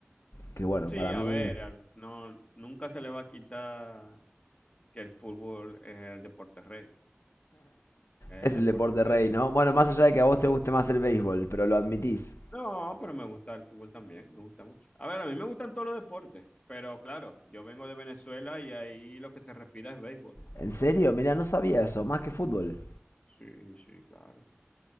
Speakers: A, on the left (about 80°); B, on the left (about 25°).
A: que bueno,
B: Sí,
A: para
B: a
A: mí
B: ver, al- no, nunca se le va a quitar que el fútbol es el deporte rey, es el
A: es
B: deporte
A: el deporte
B: rey.
A: rey, ¿no? Bueno, más allá
B: Y
A: de que a vos te guste más el béisbol, pero lo admitís.
B: No, pero me gusta el fútbol también, me gusta mucho. A ver, a mí me gustan todos los deportes, pero claro, yo vengo de Venezuela y ahí lo que se respira es béisbol.
A: ¿En serio? Mira, no sabía eso. Más que fútbol.
B: Sí, sí, claro.